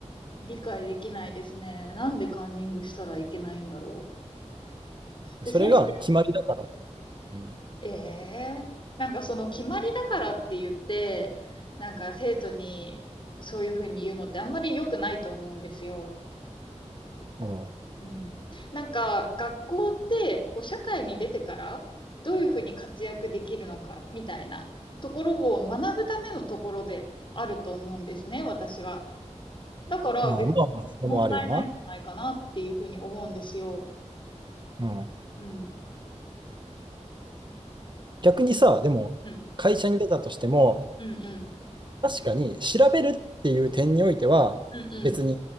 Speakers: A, on the left; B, on the right.
A: 理解できないですね。なんでカンニングしたらいけないんだろう。
B: それが決まりだから。
A: で、先
B: うん。
A: ええなんかその決まりだからって言って、なんか生徒にそういうふうに言うのってあんまり良くないと思うんですよ。
B: うん
A: うん。なんか学校ってこう社会に出てからどういうふうに活躍できるのかみたいなところを学ぶためのところであると思うんですね、私は。だから別に問題ないんじゃないかなっていうふうに思うんですよ。
B: まあ、まあ、それもあるよな。うん。
A: うん。
B: 逆にさ、でも、
A: うん。
B: 会社に出たとしても、
A: うんうん。
B: 確かに調べるっていう点においては別に
A: うんうん。